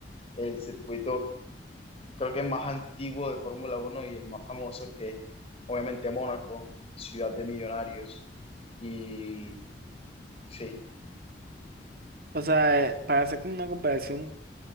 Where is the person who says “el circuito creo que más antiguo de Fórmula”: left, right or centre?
Left